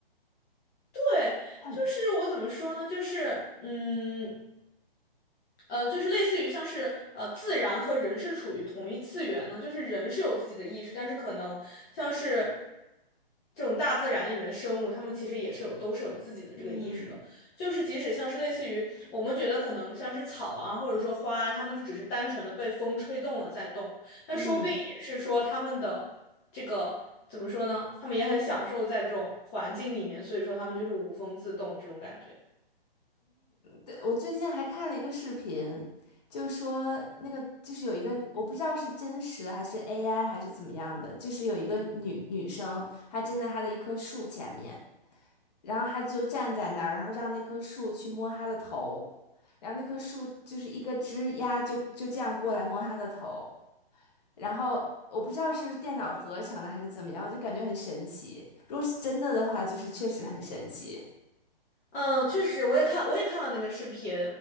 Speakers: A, on the left (about 15°); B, on the left (about 45°).
A: 对，
B: 很，
A: 就是我怎么说呢？就是嗯。呃，就是类似于像是呃，自然和人是处于同一次元呢，就是人是有自己的意识，但是可能像是这种大自然里面的生物，它们其实也是有都是有自己的这个意识的，
B: 嗯
A: 就是即使像是类似于我们觉得可能像是草啊，或者说花啊，它们就只是单纯的被风吹动了在动，那说不定也是说他们的这个怎么说呢？
B: 嗯，
A: 他们也很享受在这种环境里面，所以说他们就是无风自动这种感觉。
B: 对，我最近还看了一个视频，就说那个就是有一个，我不知道是真实的还是 AI 还是怎么样的，就是有一个女女生，她站在她的一棵树前面。然后他就站在那儿，然后让那棵树去摸他的头，然后那棵树就是一个枝丫就就这样过来摸他的头，然后我不知道是电脑合成的还是怎么样，我就感觉很神奇。如果是真的的话，就是确实很神奇。
A: 嗯，确实，我也看，我也看了那个视频，